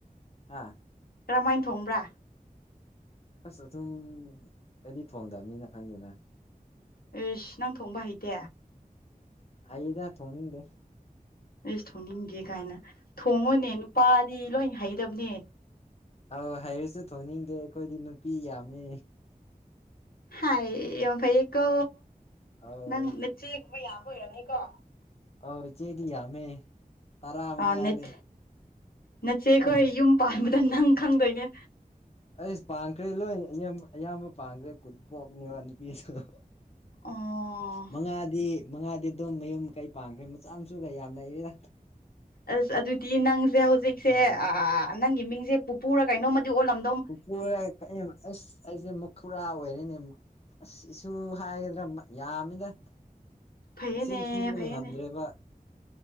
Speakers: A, on the left (about 40°); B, on the left (about 80°).
A: ꯍꯥꯥ
B: ꯀꯔꯝꯃꯥꯏꯟ ꯊꯣꯡꯕ꯭ꯔꯥ
A: ꯑꯁ ꯑꯗꯨꯝ ꯑꯩꯗꯤ ꯊꯣꯡꯗꯕꯅꯤꯅ ꯈꯪꯗꯦꯅ
B: ꯑꯩꯁ ꯅꯪ ꯊꯣꯡꯕ ꯍꯩꯇꯦ
A: ꯍꯩꯗ ꯊꯣꯡꯅꯤꯡꯗꯦ
B: ꯏꯁ ꯊꯣꯡꯅꯤꯡꯗꯦ ꯀꯥꯏꯅ ꯊꯣꯡꯉꯣꯅꯦ ꯅꯨꯄꯥꯗꯤ ꯂꯣꯏ ꯍꯩꯗꯕꯅꯦ
A: ꯑꯧ ꯍꯩꯔꯤꯁꯨ ꯊꯣꯡꯅꯤꯡꯗꯦ ꯑꯩꯈꯣꯏꯗꯤ ꯅꯨꯄꯤ ꯌꯥꯝꯃꯦ
B: ꯍꯥꯏ ꯌꯥꯝ ꯐꯩꯌꯦꯀꯣ
A: ꯑꯧ
B: ꯅꯪ ꯅꯆꯦꯒꯨꯝꯕ ꯌꯥꯝꯕ ꯑꯣꯏꯔꯝꯅꯤꯀꯣ
A: ꯑꯣ ꯏꯆꯦꯗꯤ ꯌꯥꯝꯃꯦ ꯇꯔꯥ ꯃꯉꯥꯅꯦ
B: ꯑꯥ ꯅꯠ ꯅꯆ‌ꯦꯈꯣꯏ ꯌꯨꯝ ꯄꯥꯟꯕꯗ ꯅꯪ ꯈꯪꯗꯣꯏꯅꯦ
A: ꯑꯩꯁ ꯄꯥꯟꯈ꯭ꯔꯦ ꯂꯣꯏ ꯑꯌꯝꯕ ꯑꯌꯥꯝꯕ ꯄꯥꯟꯈ꯭ꯔꯦ ꯀꯨꯟ ꯄꯣꯛꯄꯅꯤꯕ ꯅꯨꯄꯤꯗ‌ꯣ
B: ꯑꯣ
A: ꯃꯉꯥꯗꯤ ꯃꯉꯥꯗꯤ ꯑꯗꯨꯝ ꯃꯌꯨꯝ ꯃꯀꯩ ꯄꯥꯟꯈ꯭ꯔꯦ ꯃꯆꯥ ꯃꯁꯨꯒ ꯌꯥꯝ ꯂꯩꯌ‌ꯦꯗꯥ
B: ꯑꯁ ꯑꯗꯨꯗꯤ ꯅꯪꯁꯦ ꯍꯧꯖꯤꯛꯁꯦ
A: ꯎꯝ
B: ꯅꯪꯒꯤ ꯃꯤꯡꯁꯦ ꯄꯨꯄꯨꯔꯥ ꯀꯩꯅꯣꯃꯗꯤ ꯑꯣꯜꯂꯝ
A: ꯄꯨꯄꯨꯔꯥ ꯀꯩ ꯑꯁ ꯑꯩꯁꯦ ꯃꯈꯨꯔꯥ ꯑꯣꯏꯔ‌ꯦꯅꯦ ꯑꯁ ꯏꯁꯨ ꯍꯥꯏꯒꯗ꯭ꯔꯥ ꯃ ꯌꯥꯝꯃꯤꯗ
B: ꯐꯩꯌꯦꯅꯦ
A: ꯃꯁꯤꯡ ꯊꯤꯕꯒ
B: ꯐꯩꯌꯦꯅꯦ
A: ꯉꯝꯗ꯭ꯔꯦꯕ